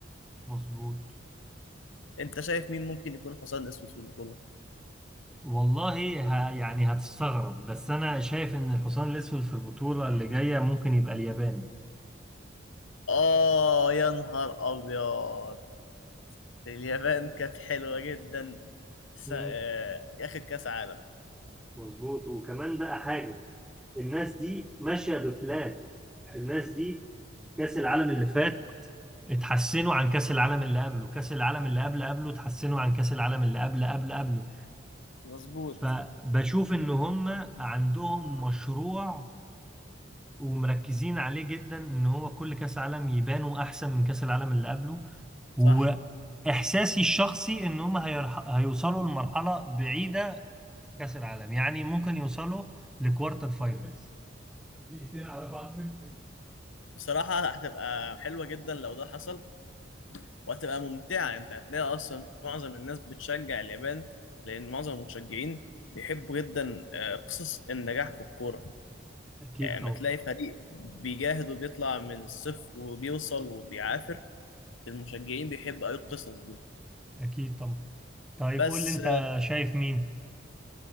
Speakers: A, in the centre; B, on the left.
A: مظبوط
B: انت شايف مين ممكن يكون حصان اسود في البطوله
A: والله ه... يعني هتستغرب بس انا شايف ان الحصان الاسود في البطولة اللي جاية ممكن يبقى اليابان
B: اه يا نهار ابيض اليابان كانت حلوه جدا س...
A: مم.
B: آه اخر كاس عالم
A: مظبوط وكمان بقى حاجة الناس دي ماشية ببلان الناس دي كأس العالم اللي فات اتحسنوا عن كأس العالم اللي قبله كأس العالم اللي قبل قبله اتحسنوا عن كأس العالم اللي قبل قبل قبله
B: مظبوط
A: فبشوف ان هم عندهم مشروع ومركزين عليه جدا ان هو كل كأس عالم يبانوا احسن من كأس العالم اللي قبله واحساسي
B: صح
A: الشخصي ان هم هيرح... هيوصلوا لمرحله بعيده في كاس العالم يعني ممكن يوصلوا لكوارتر فاينلز دقيقتين على بعض في الفيلم.
B: بصراحة هتبقى حلوة جدا لو ده حصل وهتبقى ممتعة انت هتلاقي اصلا معظم الناس بتشجع اليابان لان معظم المشجعين بيحبوا جدا آه، قصص النجاح في الكورة
A: اكيد
B: يعني
A: طبعا
B: ما تلاقي فريق بيجاهد وبيطلع من الصفر وبيوصل وبيعافر المشجعين بيحبوا اي القصص دي
A: اكيد طبعا طيب
B: بس
A: قول لي انت شايف مين